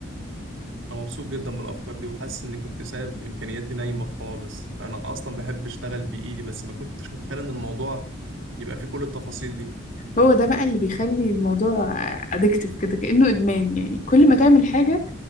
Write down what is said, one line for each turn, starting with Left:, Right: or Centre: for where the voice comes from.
Right: أنا مبسوط جدا بالأفكار دي وحاسس إني كنت سايب إمكانياتي نايمة خالص أنا أصلا بحب أشتغل بإيدي بس ما كنتش متخيل إن الموضوع يبقى فيه كل التفاصيل دي
Left: هو ده بقى اللي بيخلي الموضوع ادكتف كده كأنه ادمان يعني كل ما تعمل حاجه